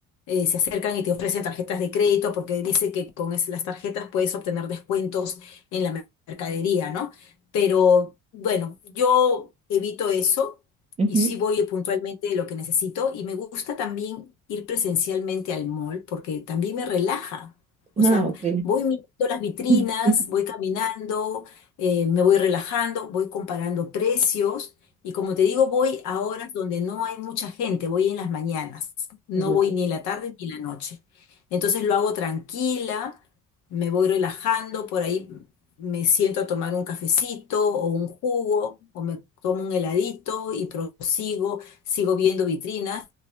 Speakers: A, on the left (about 70°); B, on the right (about 20°).
A: eh, se acercan y te ofrecen tarjetas de crédito porque dice que con es- las tarjetas puedes obtener descuentos en la mer- mercadería, ¿no? Pero bueno, yo evito eso
B: Ujú.
A: y sí voy puntualmente de lo que necesito y me gusta también ir presencialmente al mall porque también me relaja. O
B: Ah,
A: sea,
B: ok.
A: voy mirando las vitrinas,
B: <laughs>
A: voy caminando eh, me voy relajando, voy comparando precios y como te digo, voy a horas donde no hay mucha gente, voy en las mañanas, no
B: Ya,
A: voy ni en la tarde ni en la noche. Entonces lo hago tranquila, me voy relajando, por ahí me siento a tomar un cafecito o un jugo o me tomo un heladito y prosigo, sigo viendo vitrinas